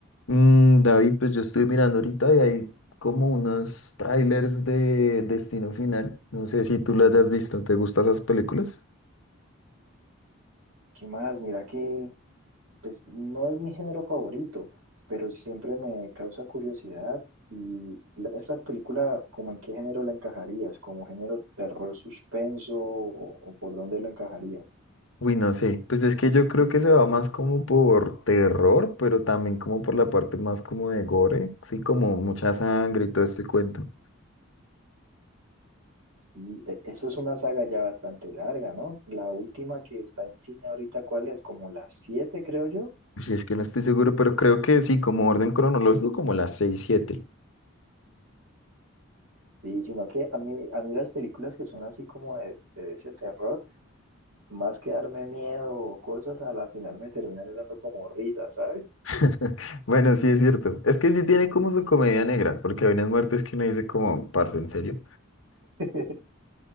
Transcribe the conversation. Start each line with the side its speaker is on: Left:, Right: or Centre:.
Left: Mm, David, pues yo estoy mirando ahorita y hay como unos trailers de Destino Final. No sé si tú las has visto. ¿Te gustan esas películas?
Right: ¿Qué más? Mira que pues no es mi género favorito, pero siempre me causa curiosidad. Y la- esta película, ¿como en qué género la encajarías? ¿Como género terror suspenso o, o por dónde lo encajarías?
Left: Uy, no sé. Pues es que yo creo que se va más como por terror, pero también como por la parte más como de gore. Sí, como mucha sangre y todo este cuento.
Right: Y e- eso es una saga ya bastante larga, ¿no? La última que está en cine ahorita, ¿cuál es? Como las siete, creo yo.
Left: Si es que no estoy seguro, pero creo que sí, como orden cronológico, como las seis siete.
Right: Y sino que a mí, a mí las películas que son así como de, de ese terror, más que darme miedo o cosas, a la final me terminan dando como risa, ¿sabes?
Left: <laughs> Bueno, sí es cierto. Es que sí tiene como su comedia negra, porque hay unas muertes que uno dice como, parce, ¿en serio?
Right: <laughs>